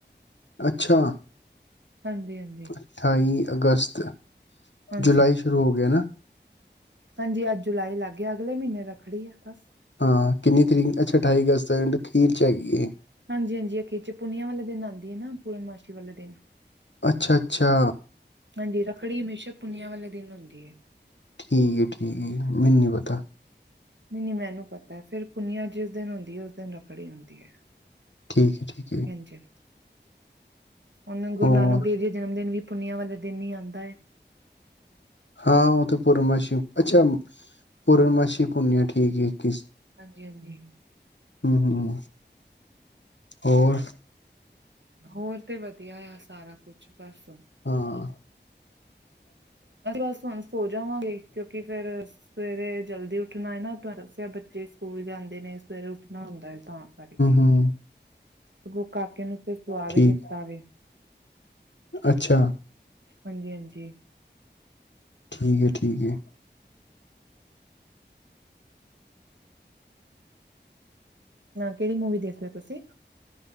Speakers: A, on the left; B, on the right.
A: ਅੱਛਾ!
B: ਹਾਂਜੀ, ਹਾਂਜੀ।
A: ਅਠਾਈ ਅਗਸਤ
B: ਹਾਂਜੀ
A: ਜੁਲਾਈ ਸ਼ੁਰੂ ਹੋ ਗਿਆ ਨਾ।
B: ਹਾਂਜੀ ਅੱਜ ਜੁਲਾਈ ਲੱਗ ਗਿਆ ਅਗਲੇ ਮਹੀਨੇ ਰੱਖੜੀ ਆ ਬਸ।
A: ਹਾਂ ਕਿੰਨੀ ਤਰੀਕ ਅੱਛਾ ਅਠਾਈ ਅਗਸਤ ਅਖੀਰ ਚਚ ਹੈਗੀਏ।
B: ਹਾਂਜੀ, ਹਾਂਜੀ ਅਖੀਰ ਚ ਪੁੁੰਨੀਆਂ ਵਾਲੇ ਦਿਨ ਆਉਂਦੀ ਹੈ ਨਾ ਪੂਰਨਮਾਸ਼ੀ ਵਾਲੇ ਦਿਨ।
A: ਅੱਛਾ, ਅੱਛਾ।
B: ਹਾਂਜੀ ਰੱਖੜੀ ਹਮੇਸ਼ਾ ਪੁਨਿਆ ਵਾਲੇ ਦਿਨ ਹੁੰਦੀ ਏ।
A: ਠੀਕ ਹੈ, ਠੀਕ ਹੈ ਜ ਮੈਨੂ ਨਹੀਂ ਪਤਾ।
B: ਨਹੀਂ, ਮੈਨੂੰ ਪਤਾ ਫੇਰ ਪੁਨੀਆ ਜਿਸ ਦਿਨ ਹੁੰਦੀ ਉਸ ਦਿਨ ਰੱਖੜੀ ਹੁੰਦੀ ਏ।
A: ਠੀਕ ਹੈ ਜੀ
B: ਹਾਂਜੀ। ਹੁਣ ਗੁਰੂ
A: ਹੋਰ
B: ਨਾਨਕ ਦੇਵ ਜੀ ਦਾ ਜਨਮ ਦਿਨ ਵੀ ਪੁੁੰਨੀਆਂ ਵਾਲੇ ਦਿਨ ਹੀ ਆਉਂਦਾ ਹੈ।
A: ਹਾਂ ਉਹ ਤਾਂ ਪੂਰਨਮਾਸੀ ਅੱਛਾ! ਪੂਰਨਮਾਸੀ ਪੂਨਿਆ ਠੀਕ ਹੈ ਇੱਕੀ
B: ਹਾਂਜੀ, ਹਾਂਜੀ
A: ਹਮ, ਹਮ ਹੋਰ।
B: ਹੋਰ ਤੇ ਵਧੀਆ ਆ ਸਾਰਾ ਕੁਛ ਬਸ।
A: ਹਾਂ।
B: ਅਸੀਂ ਬਸ ਹੁਣ ਸੋ ਜਾਵਾਂਗੇ ਕਿਉਂਕਿ ਫੇਰ ਸਵੇਰੇ ਜਲਦੀ ਉੱਠਣਾ ਏ ਨਾ ਤੁਹਾਨੂੰ ਦੱਸਿਆ ਬੱਚੇ ਸਕੂਲ ਜਾਂਦੇ ਨੇ ਸਵੇਰੇ ਉੱਠਣਾ ਹੁੰਦਾ ਹੈ ਤਾਂ ਕਰਕੇ
A: ਹਮ
B: ਸਗੋਂ ਕਾਕੇ ਨੂੰ ਤੇ ਸੁਆ
A: ਠੀਕ
B: ਵੀ ਦਿੱਤਾ ਵੇ
A: ਅੱਛਾ!
B: ਹਾਂਜੀ, ਹਾਂਜੀ
A: ਠੀਕ ਏ, ਠੀਕ ਏ।
B: ਨਾ ਕਿਹੜੀ ਮੂਵੀ ਦੇਖਦੇ ਹੋ ਤੁਸੀਂ?